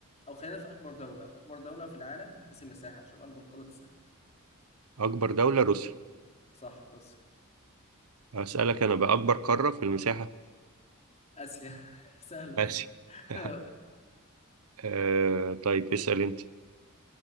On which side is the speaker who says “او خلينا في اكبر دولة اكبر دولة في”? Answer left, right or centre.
Left